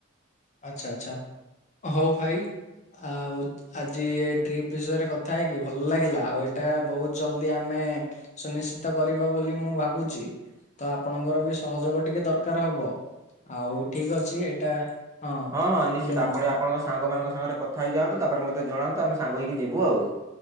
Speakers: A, on the left; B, on the right.
A: ଆଚ୍ଛା-ଆଚ୍ଛା, ହଉ ଭାଇ ଆଉ ଆଜି ଏ ଟ୍ରିପ୍ ବିଷୟରେ କଥା ହେଇକି ଭଲ ଲାଗିଲା ଆଉ ଏଇଟା ବହୁତ ଜଲଦି ଆମେ ସୁନିଶ୍ଚିତ କରିବା ବୋଲି ମୁଁ ଭାବୁଛି ତ ଆପଣଙ୍କର ବି ସହଯୋଗ ଟିକେ ଦରକାର ହବ। ଆଉ ଠିକ୍ ଅଛି ଏଇଟା ହଁ
B: ହଁ-ହଁ ନିଶ୍ଚିତ
A: ମୁଁ
B: ଆପଣ ଆପଣଙ୍କ ସାଙ୍ଗମାନଙ୍କ ସାଙ୍ଗରେ କଥା ହେଇଯାଆନ୍ତୁ ତାପରେ ମତେ ଜଣାନ୍ତୁ ଆମେ ସାଙ୍ଗ ହେଇକି ଯିବୁ ଆଉ।